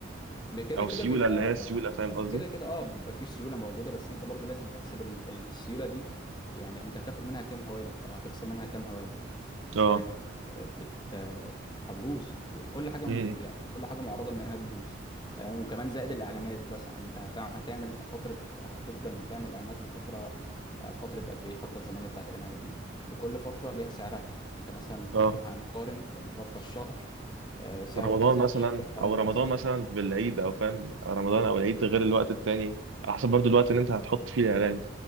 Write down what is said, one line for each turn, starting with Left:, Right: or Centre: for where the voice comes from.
Left: بكده
Right: او
Left: كده
Right: سيولة
Left: بيبقى
Right: اللي هي السيولة فاهم قصدي؟
Left: كده كده اه بيبقى فيه سيوله موجوده بس انت برضو لازم تحسب ال- ال- السيوله دي يعني انت هتاخد منها كام هوالك او هتخصم منها كام هوالك يعني
Right: اه
Left: الحاجات آه، بت آه، هتبوظ في كل حاجه
Right: م-
Left: م-
Right: م.
Left: يعني كل حاجه معرضه ان هي هتبوظ آه، وكمان زائد الاعلانات بس يعني انت هتع- هتعمل فتره هتفضل تعمل اعلانات لفتره آه، فتره قد ايه الفتره الزمنيه بتاعت الاعلانات دي لكل فتره ليها سعرها يعني انت مثلا
Right: اه
Left: هنقارن الفتره الشهر آه، سعره
Right: رمضان
Left: كذا
Right: مثلا
Left: الشهرين سعرهم
Right: او رمضان
Left: كذا
Right: مثلا بالعيد او فاهم رمضان او العيد غير الوقت التاني على حسب برضو الوقت اللي انت هتحط فيه الاعلان